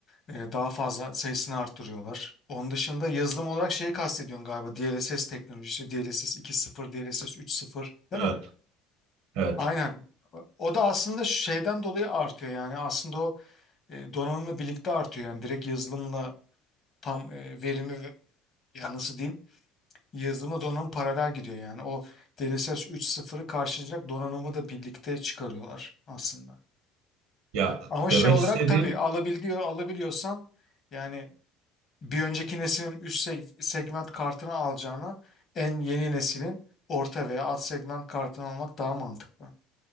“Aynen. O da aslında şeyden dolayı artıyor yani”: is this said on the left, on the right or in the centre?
Left